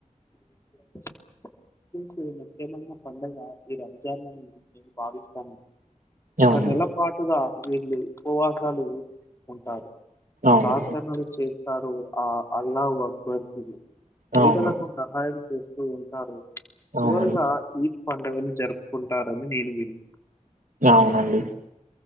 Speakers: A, on the left; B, on the right.
A: <inaudible> <unintelligible> ముఖ్యమైన పండగ ఈ రంజాన్ అని నేను భావిస్తాను ఒక
B: అవును
A: నెల పాటుగా వీళ్ళు ఉపవాసాలు ఉంటారు.
B: అవును
A: పార్థనలు చేస్తారు ఆ అల్లాహు అక్బర్ కి పేదలకు
B: అవును
A: సహాయం చేస్తూ ఉంటారు
B: అవునండి
A: చివరగా ఈ పండగను జరుపుకుంటారని నేను విన్
B: అవునండి